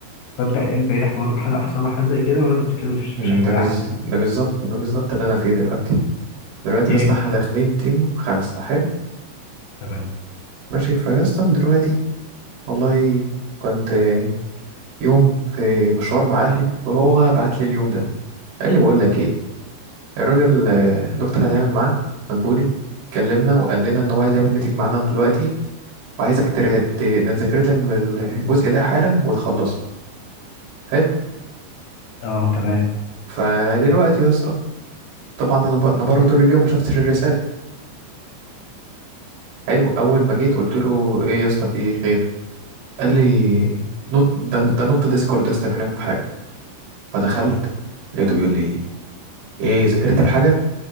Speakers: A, on the left; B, on the right.
A: فانت انت ايه حوارك حاجه حصل لك حاجه زي كده ولا انت بتتكلم في-
B: مم.
A: بشكل
B: ده بز...
A: عام
B: ده بالظبط ده بالظبط اللي انا فيه دلوقتي دلوقتي
A: ايه
B: يا اسطى احنا داخلين تيم خمسة حلو
A: تمام
B: ماشي فيا اسطى دلوقتي والله كنت يوم في مشوار مع أهلي وهو بعت لي اليوم ده قال لي بقول لك إيه الراجل آه، الدكتور اللي هنعمل معاه مدبولي كلمنا وقال لنا إن هو عايز يعمل ميتنج معانا دلوقتي وعايزك ترا- ت- ده تذاكر لي الجزء ده حالا وتخلصه حلو
A: اه تمام
B: فدلوقتي يا اسطى طبعا أنا ب- أنا بره طول اليوم ما شفتش الرسالة حلو أول ما جيت قلت له إيه يا اسطى في خير قال لي نط ده ده نط ديسكورد يا اسطى كلمك في حاجة فدخلت
A: اه
B: لقيته بيقول لي إيه ذاكرت الحاجة